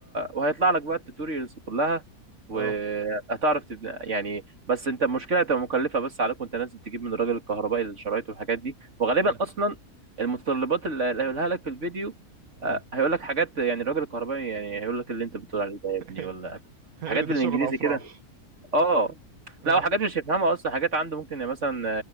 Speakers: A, on the right; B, on the right.
A: وهيطلع لك بقى التوتوريالز كلها وهتعرف
B: اه
A: تبني يعني بس انت المشكله هتبقى مكلفه بس عليك وانت نازل تجيب من الراجل الكهربائي الشرايط والحاجات دي وغالبا
B: امم
A: اصلا المتطلبات اللي اللي هيقولها لك في الفيديو
B: امم
A: آه، هيقول لك حاجات يعني الراجل الكهربائي يعني هيقول لك اللي انت بتقول عليه ده يا ابني
B: <laughs>
A: ولا
B: هيقول
A: حاجات
B: لي
A: بالانجليزي
B: ده شغل افراح
A: كده اه
B: <laughs>
A: لا
B: اه
A: وحاجات مش هيفهمها اصلا حاجات عنده ممكن يعني مثلا